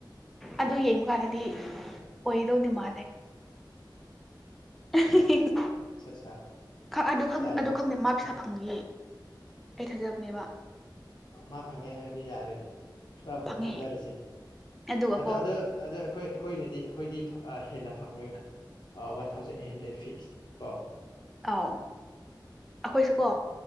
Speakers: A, in the centre; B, on the left.
A: ꯑꯗꯨ ꯌꯦꯡꯕ ꯀꯥꯟꯗꯗꯤ ꯑꯣꯏꯗꯧꯗꯤ ꯃꯥꯜꯂꯦ <unintelligible>
B: ꯑꯠꯆꯥ ꯑꯠꯆꯥ
A: ꯑꯗꯣ ꯈꯪ
B: ꯌꯥꯏꯌꯦ
A: ꯑꯗꯣ ꯈꯪꯗꯦ ꯃꯥ ꯄꯥ ꯐꯪꯕꯒ ꯑꯩ ꯊꯥꯖꯕꯅꯦꯕ
B: ꯃꯥ ꯐꯪꯉꯦ ꯍꯥꯏꯔꯗꯤ ꯌꯥꯔꯦꯅꯦ ꯊꯔꯥꯕꯨ
A: ꯐꯪꯉꯤ
B: ꯊꯥꯖꯔꯁꯤꯅꯦ
A: ꯑꯗꯨꯒꯀꯣ
B: ꯑꯗꯣ ꯑꯗꯣ ꯑꯗꯣ ꯑꯈꯣꯏ ꯑꯈꯣꯏꯅꯗꯤ ꯑꯈꯣꯏꯗꯤ ꯍꯦꯟꯅ ꯐꯪꯉꯣꯏꯅ one thousand eight hundred fix ꯀꯣ
A: ꯑꯥꯎ ꯑꯈꯣꯏꯁꯨꯀꯣ